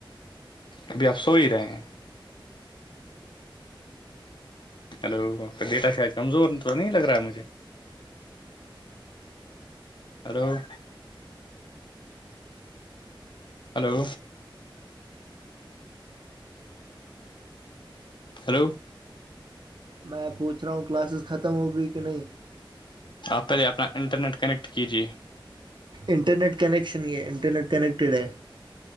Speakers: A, on the left (about 60°); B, on the right (about 60°).
A: ابھی آپ سو ہی رہے ہیں ہلو بیٹا شاید کمزور تو نہیں لگ رہا ہے مجھے اور ہلو ہیلو
B: میں پوچھ رہا ہوں کلاسز ختم ہو گئی کہ نہیں
A: آپ پہلے اپنا انٹرنیٹ کنیکٹ کیجیے
B: انٹرنیٹ کنیکشن یہ ہے انٹرنیٹ کنیکٹیڈ ہے